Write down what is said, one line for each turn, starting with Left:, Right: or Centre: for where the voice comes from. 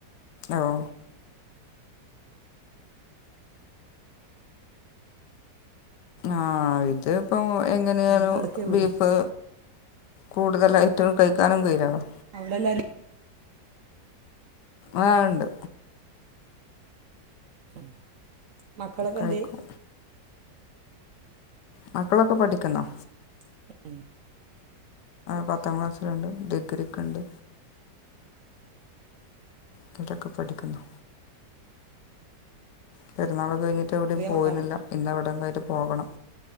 Left: ഓഹ് ആ ഇത് ഇപ്പം എങ്ങനെയാലും
Right: നിങ്ങളെടുക്കേ പോയി
Left: ബീഫ് കൂടുതലായിട്ടും കഴിക്കാനും കഴിയൂലാലോ
Right: അവിടെല്ലാരും
Left: ആ ഇണ്ട്
Right: ഉം മക്കളൊക്കെന്തേ?
Left: കഴിക്കും മക്കളൊക്കെ പഠിക്കുന്നാ.
Right: <unintelligible>
Left: പത്താം ക്ലാസ്സിലുണ്ട് ഡിഗ്രിക്ക്ണ്ട് <unintelligible> പഠിക്കുന്നു പെരുന്നാളൊക്കെ കയി ട്ട് എവിടേം
Right: ചെറിയ
Left: പോകലില്ല
Right: മക്കളാണോ
Left: ഇന്ന് അവിടം വരെ പോകണം